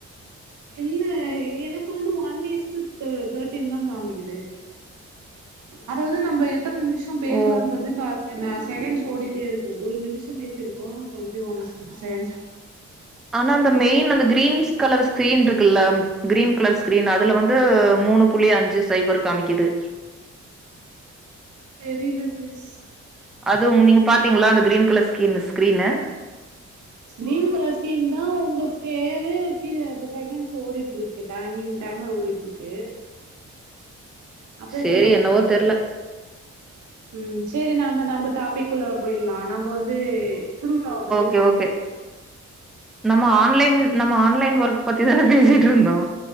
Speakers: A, on the right; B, in the centre.
A: இல்ல எனக்கு வந்து ஒன் ஈஸ்ட்டு தே தேர்ட்டின் தா காமிக்குது அதாவது நம்ப எத்தன நிமிஷ பேசுறோன்றது
B: ஓ
A: க என்ன செகண்ட்ஸ் ஓடிட் டேருக்கு ஒரு நிமிஷோ பேசிருக்கோ டொன்ட்டி ஒன்ஸ் செகேன்ஸ்
B: ஆனா அந்த மெயின் அந்த கிரீன்ஸ் கலர் ஸ்க்ரீன்ருக் க்குலம் கிரீன் கலர் ஸ்கிரீன் அதுல வந்து மூணு புள்ளி அஞ்சு சைபர் காமிக்குது
A: தெரில சிஸ்
B: அது உ நீங்க பாத்தீங்களா அந்த green colours ஸ்கீனுஸ் screen
A: screen colour screen தா உங்க ஃபேரு கீழ அந்த செகன்ட்ஸ் ஓடிட் ட்ருக்கு டைமிங் டைமர் ஓடிட்ருக்கு அப்ப
B: சரி
A: எதும் காமிக்குலயே
B: என்னவோ தெர்ல
A: ம் சேரி நாம நாம்ப டாப்பிக்குள்ளார போயிலா நம்போ வந்து திருவிழாவ பத்
B: கே ஒகே நம்ம ஆன்லைன் நம்ம ஆன்லைன் ஒர்க் பத்திதானே பேசிட்ருந்தோ